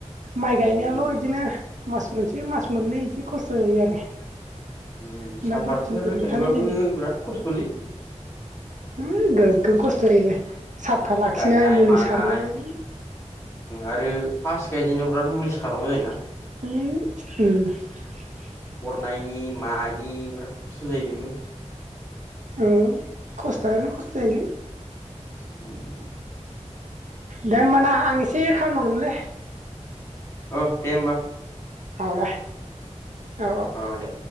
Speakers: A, on the right (about 85°); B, on the left (about 25°).
A: माइ गायनायावल'
B: उम
A: बिदिनो मास मोनसे मास मोननै बिदि खस्थ' जायो आरो
B: उम
A: ओमफ्राय
B: साहापातफोर
A: बाखि ओरैनो
B: गायबाबो
A: थानाय जायो
B: बिराद खस्थ'लै
A: उम गोग्गो खस्थ जायो। साफा लाखिनाय
B: गायनाय
A: मुलि
B: मानाय
A: सारनाय
B: आरो उम फास्ट गायजेनाव बिराद मुलि सारनांगौ जायो ना
A: उम
B: नायनि मानि बिराद खस्थ' जायो बेबो
A: औ खस्थ <unintelligible> खस्थनि
B: <unintelligible>
A: दे होमबाना आं एसे खामानि मावोमोनलै
B: औ दे होमबा
A: औ दे औ औ
B: अ दे